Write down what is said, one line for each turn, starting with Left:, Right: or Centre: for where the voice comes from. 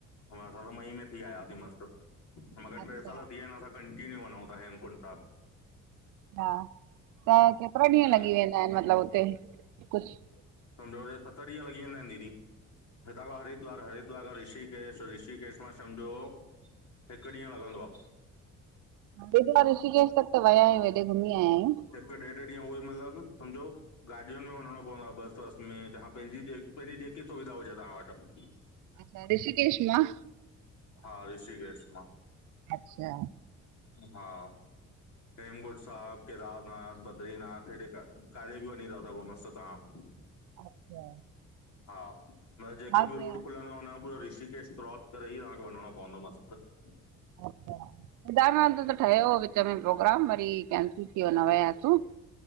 Left: असां त मईअ में थी आयासीं मस्त मगरि
Right: अच्छा
Left: टे साल थी विया आहिनि असां! की वञो था, हेमकुंड साहिब।
Right: हा त केतिरा ॾींहं
Left: हम्म
Right: लॻी वेंदा आहिनि? मतलबु हुते कुझु!
Left: सम्झो सत ॾीहं लॻी वेंदा आहिंनि दीदी। हितां खां हरिद्वार हर! ॿ अगरि ऋषिकेश, ऋषिकेश मा सम्झो हिकु ॾीहं लॻंदो आ।
Right: हिक बार ऋषिकेश तक त वयायूं हेॾे घुमी आया आहियूं।
Left: हिकु ॾेढ ॾीहं उहो ई मतिलबु सम्झो गाॾियुनि में वञणो पवंदो आहे बस। बस में, तव्हां पंहिंजी, पंहिंजी जेकी सुविधा हुॼे तव्हां वटि।
Right: अच्छा ऋषिकेश मां?
Left: हा, ऋषिकेश मा।
Right: अच्छा
Left: हा। हेमकुंड साहिब, केदारनाथ, बद्रीनाथ हेॾे किथे बि वञी था सघो मस्त तव्हां।
Right: अच्छा।
Left: हा मतिलबु जेके
Right: हा कीअं?
Left: बि रूट खुलंदा हुन खा पोय रिषिकेश! क्रोस करे ई तव्हांखे वञणो पवंदो मस्त।
Right: अच्छा केदारनाथ त ठयो हो! विच में प्रोग्राम वरी कैंसिल थीवियो न वियासीं।